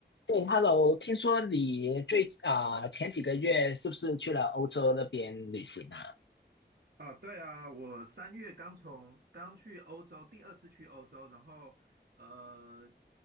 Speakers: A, on the left; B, on the right.
A: 对，Hello，听说你最啊、前几个月是不是去了欧洲那边旅行啊？
B: 啊，对啊，我三月刚从刚去欧洲，第二次去欧洲，然后呃